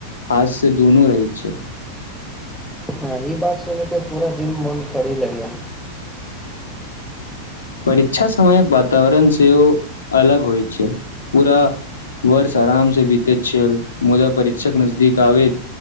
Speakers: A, on the left; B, in the centre.
A: हाथ से दुनू रहैत अच्छा
B: हँ ई बात सुनै केँ पूरा दिन मोन करय लगय
A: परीक्षा समयक वातावरण सेहो अलग होइत छल पूरा वर्ष आराम से बीतैत छल मुदा परीक्षा नजदीक आबैत